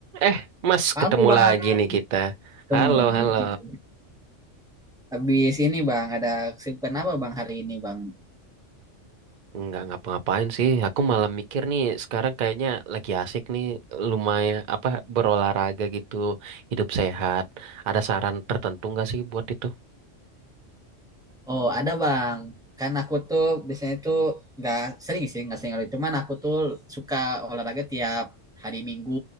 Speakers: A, on the right (about 55°); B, in the centre.
A: Eh, Mas,
B: Halo
A: ketemu
B: Bang,
A: lagi nih kita.
B: ketemu
A: Halo,
B: lagi
A: halo.
B: kita. Habis ini Bang, ada kesibukan apa Bang hari ini Bang?
A: Nggak ngapa-ngapain sih. Aku malah mikir nih, sekarang kayaknya lagi asik nih, lumayan apa berolahraga gitu, hidup sehat. Ada saran tertentu nggak sih buat itu?
B: Oh ada Bang, kan aku tuh biasanya tuh nggak sering sih, nggak sering olahraga. Cuman aku tuh suka olahraga tiap hari Minggu,